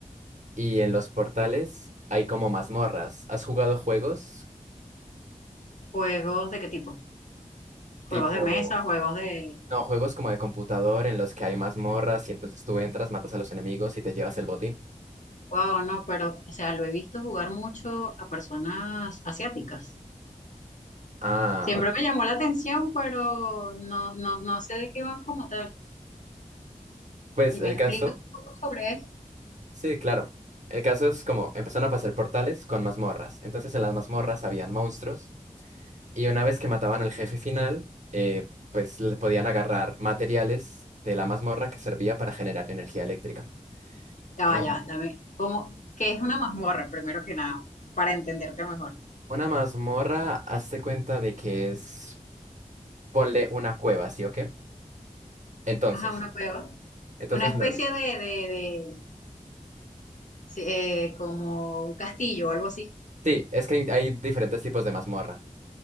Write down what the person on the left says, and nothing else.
¿Juegos de qué tipo?
¿Juegos de mesa? ¿Juegos de...?
Wow, no, pero, o sea, lo he visto jugar mucho a personas asiáticas.
Siempre
me llamó la atención, pero no, no, no sé de qué van como tal.
Si
me explicas
un poco sobre eso,
ya
vaya, dame, ¿cómo, qué es una mazmorra, primero que nada, para entenderte mejor?
Ajá, una cueva.
Una especie
de, de, de, sí, eh, como un castillo o algo así.